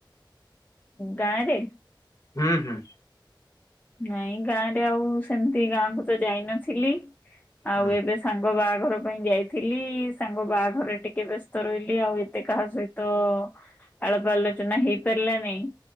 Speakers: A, on the left; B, on the left.
A: ଗାଁରେ
B: ହୁଁ ହୁଁ।
A: ନାଇଁ ଗାଁ ରେ ଆଉ ସେମିତି ଗାଁ କୁ ତ ଯାଇନଥିଲି ଆଉ
B: ହୁଁ।
A: ଏବେ ସାଙ୍ଗ ବାହାଘର ପାଇଁ ଯାଇଥିଲି, ସାଙ୍ଗ ବାହାଘରେ ଟିକେ ବ୍ୟସ୍ତ ରହିଲି ଆଉ ଏତେ କାହା ସହିତ ତ ଆଳପ ଆଲୋଚନା ହେଇପାରିଲାନାଇଁ।